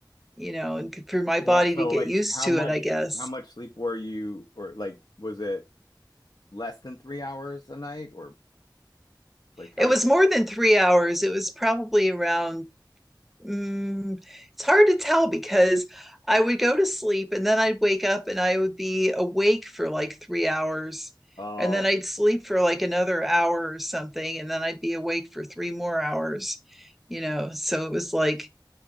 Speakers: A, in the centre; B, on the left.
A: you know, and for my body
B: Well, so
A: to get
B: like
A: used
B: how
A: to
B: much
A: it, I guess.
B: how much sleep were you or like was it less than three hours a night or like how
A: It was more than three hours. It was probably around, mm, it's hard to tell because I would go to sleep and then I'd wake up and I would be awake for like three hours.
B: oh
A: And then I'd sleep for like another hour or something. And then I'd be awake for three more hours, you know. So it was like